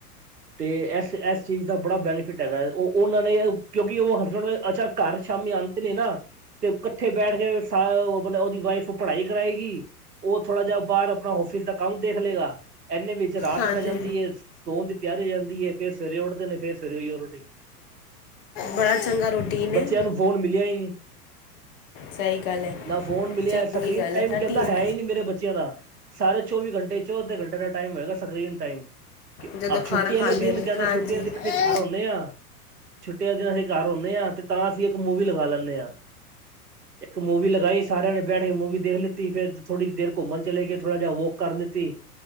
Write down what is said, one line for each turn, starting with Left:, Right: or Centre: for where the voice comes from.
Right: ਤੇ ਇਸ ਇਸ ਚੀਜ਼ ਦਾ ਬੜਾ ਬੈਨੀਫਿਟ ਹੈਗਾ। ਉਹ ਉਹਨਾਂ ਨੇ, ਕਿਉਂਕਿ ਉਹ ਹਸਬੈਂਡ ਅੱਛਾ ਘਰ ਸ਼ਾਮੀ ਆਉਂਦੇ ਨੇ ਨਾ। ਤੇ ਇਕੱਠੇ ਬੈਠ ਕੇ ਮਤਲਬ ਉਹਦੀ ਵਾਈਫ ਪੜ੍ਹਾਈ ਕਰਾਏਗੀ। ਉਹ ਥੋੜ੍ਹਾ ਜਿਹਾ ਬਾਹਰ ਆਪਣਾ ਓਫਿਸ ਦਾ ਕੰਮ ਦੇਖ ਲਏਗਾ ਇਨੇ ਵਿੱਚ, ਰਾਤ
Left: ਹਾਂਜੀ
Right: ਪੈ ਜਾਂਦੀ ਹੈ, ਸੌਣ ਦੀ ਤਿਆਰੀ ਹੋ ਜਾਂਦੀ, ਫੇਰ ਸਵੇਰੇ ਉੱਠਦੇ ਨੇ ਫੇਰ ਸਵੇਰੇ ਉਹੀ ਰਟੀਨ
Left: ਬੜਾ ਚੰਗਾ ਰੂਟੀਨ
Right: ਬੱਚਿਆਂ
Left: ਹੈ
Right: ਨੂੰ ਫੋਨ ਮਿਲਿਆ ਹੀ ਨਹੀ।
Left: ਸਹੀ ਗੱਲ ਹੈ
Right: ਨਾ ਫੋਨ ਮਿਲਿਆ
Left: ਚੰਗੀ
Right: ਸਕਰੀਨ
Left: ਗੱਲ
Right: ਟਾਈਮ
Left: ਹੈ ਨਾ
Right: ਕਹਿੰਦਾ
Left: ਟੀਮ
Right: ਹੈ ਹੀ ਨਹੀਂ। ਮੇਰੇ ਬੱਚਿਆਂ ਦਾ, ਸਾਰੇ ਚੌਵੀ ਘੰਟੇ ਚੋਂ ਅਧੇ ਘੰਟੇ ਦਾ ਟਾਈਮ ਹੋਏਗਾ, ਸਕਰੀਨ ਟਾਈਮ
Left: ਜਦੋਂ ਖਾਣਾ
Right: ਛੁੱਟੀ ਵਾਲੇ
Left: ਖਾਂਦੇ
Right: ਦਿਨ
Left: ਨੇ
Right: ਕਹਿੰਦੇ
Left: ਹਾਂਜੀ
Right: ਛੁੱਟੀ ਵਾਲੇ ਦਿਨ ਅਸੀਂ ਘਰ ਆਉਂਦੇ ਆ ਦਿਨ ਅਸੀਂ ਘਰ ਆਉਦੇ ਹਾਂ, ਤੇ ਤਾਂ ਅਸੀਂ ਇੱਕ ਮੂਵੀ ਲਗਾ ਲੈਂਦੇ ਹਾਂ। ਇੱਕ ਮੂਵੀ ਲਗਾਈ ਸਾਰਿਆਂ ਨੇ ਬੈਠ ਕੇ ਮੂਵੀ ਦੇਖ ਲੈਤੀ, ਫੇਰ ਥੋੜੀ ਦੇਰ ਘੁੰਮਣ ਚਲੇ ਕੇ, ਥੋੜਾ ਜਿਹਾ ਵੌਕ ਕਰ ਲੈਤੀ